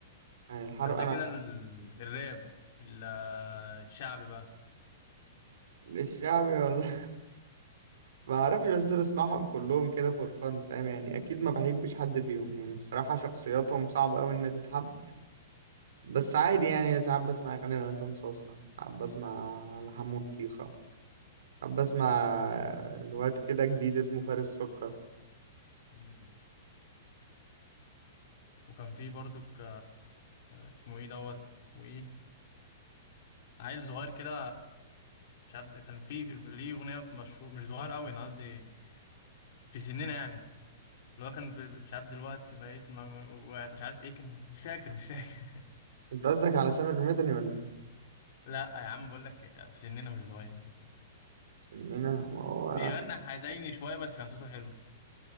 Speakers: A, on the right; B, on the left.
A: يعني الحر
B: طب ده
A: انا
B: كده ال... الراب ال- الشعبي بقى
A: الشعبي ما اعرفش بس بسمعهم كلهم كده فور فان فاهم يعني اكيد ما بحبش حد فيهم يعني الصراحه شخصياتهم صعب قوي انها تتحب بس عادي يعني ساعات بسمع اغاني لعصام صاصا ساعات بسمع لحمو الطيخه ساعات بسمع الواد كده جديد اسمه فارس سكر
B: مم. وكان فيه برضو ك... اسمه ايه دوت اسمه ايه عيل صغير كده مش عارف ده كان في في- ليه اغنيه في مشهور مش صغير قوي انا قصدي في سننا يعني اللي هو كان ب- ب- مش عارف دلوقتي بقيت ما يعني مش عارف ايه كان مش فاكر مش فاكر
A: انت قصدك على سامر المدني ولا ايه
B: <laughs> لا يا عم بقول لك في سننا مش صغير
A: سننا ما هو
B: بيغنى حزيني شويه بس كان صوته حلو